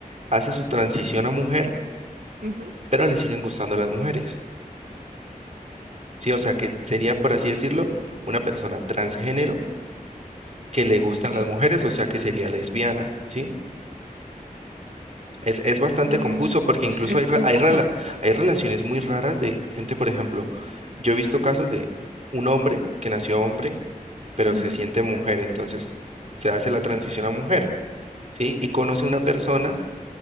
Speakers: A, on the right; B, on the right.
A: hace su transición a mujer
B: ujú,
A: pero le siguen gustando a las mujeres, ¿sí? O sea, que sería, por así decirlo, una persona transgénero que le gustan
B: ok.
A: las mujeres, o sea, que sería lesbiana, ¿sí? Es, es bastante
B: Mm,
A: confuso porque incluso
B: es
A: hay, re-
B: confuso.
A: hay, rela- hay relaciones muy raras de gente, por ejemplo, yo he visto casos de un hombre que nació hombre, pero
B: Ujú,
A: se siente mujer, entonces se hace la transición a mujer, ¿sí? Y conoce una persona